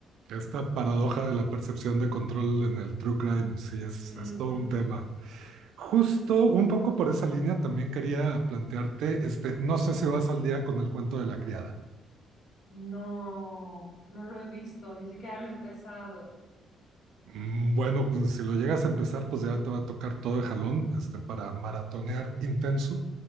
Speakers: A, on the right; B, on the left.
A: Esta paradoja de la percepción de control en el true crime, sí, es,
B: Ujú.
A: es todo un tema. Justo un poco por esa línea también quería plantearte, este, no sé si vas al día con el cuento de la criada.
B: No, no lo he visto, ni siquiera lo he empezado.
A: Mm, Bueno, pues, si lo llegas a empezar, pues ya te va a tocar todo de jalón, este, para maratonear intenso,